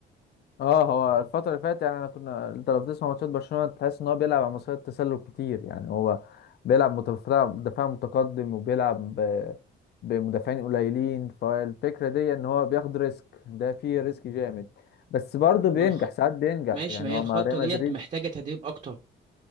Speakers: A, on the left; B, on the right.
A: اه هو الفترة اللي فاتت يعني انا كنا انت لو بتسمع ماتشات برشلونة تحس ان هو بيلعب على مستوى التسلل كتير يعني هو بيلعب متفرع دفاع متقدم وبيلعب ب- بمدافعين قليلين فالفكرة دي ان هو بياخد ريسك ده فيه ريسك جامد بس برضه بينجح
B: والخ...
A: ساعات بينجح
B: ماشي
A: يعني
B: ما هي
A: هو
B: الخطة
A: مع ريال
B: ديت
A: مدريد
B: محتاجة تدريب اكتر